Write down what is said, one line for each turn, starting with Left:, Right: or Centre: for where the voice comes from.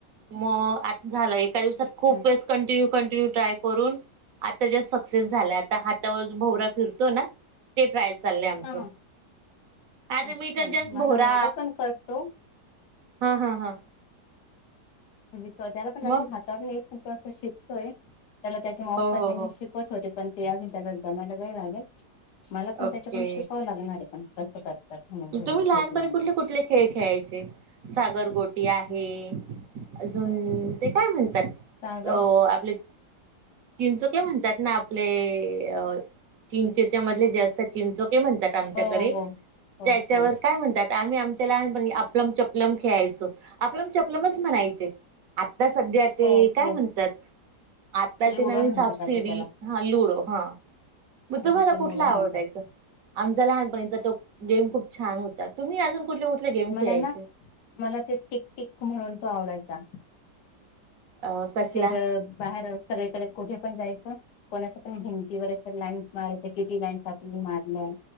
Right: मग आता झालं एका दिवसात
Left: अच्छा
Right: खूप वेळेस कंटिन्यू कंटिन्यू ट्राय करून आता ज्या सक्सेस झाला आता हातावर भवरा फिरतो ना ते ट्राय चाल आमच
Left: हा
Right: आता
Left: हा अच्छा
Right: मी तर जस्ट
Left: माझा
Right: भोरा
Left: मुलगा पण करतो
Right: हा हा हा
Left: म्हणजे त्या्याला पण अजन
Right: मग
Left: हाताळ नाही पण तो असं शिकतोय त्याला त्याच्या मावसाजीनी
Right: हो हो हो
Left: शिकवत होते पण ते या त्यालादा मला वेळ लागेल मला पण
Right: ओके
Left: त्याच्याकडून शिकावं लागणारे पण कसं करतात म्हणून एवढं
Right: तुम्ही लहानपणी
Left: भीक मागून
Right: कुठले कुठले खेळ खेळायचे सागरगोटी आहे अजून ते काय म्हणतात
Left: सागर
Right: अ आपले चिंचोक्या काय म्हणतात ना आपले अ चिंचेच्या मधले जास्त चिंचोक म्हणतात आमच्याकडे
Left: हो हो
Right: त्या
Left: हो हो
Right: काय म्हणात आम्ही आमच्या लहानपणी आपलंम चपलम खेळायचो आपलंम चपलमच म्हणायचे आ आता सध्या ते
Left: हो
Right: काय
Left: हो
Right: म्हणतात आताची
Left: लुडो
Right: नवीन
Left: म्हणतात
Right: सापसिडी
Left: आता त्याला.
Right: हा लुडो. हा, मग
Left: हा
Right: तुम्हाला
Left: आता
Right: कुठला
Left: लुडो
Right: आवडायचा?
Left: म्हणतात
Right: आमचा लहानपणीचा तो गेम खूप छान होता तुम्ही अजून कुठले कुठले गेम
Left: मला
Right: खेळायचे?
Left: ना मला ते टिक -टिक म्हणून तो आवडायचा
Right: अ कसला?
Left: फिरत बाहेर सगळीकडे कुठे पण जायच कोण कोणाच्या पण भिंतीवर एखादी लाईन्स मारायच किती लाईन्स आपली मारल्याय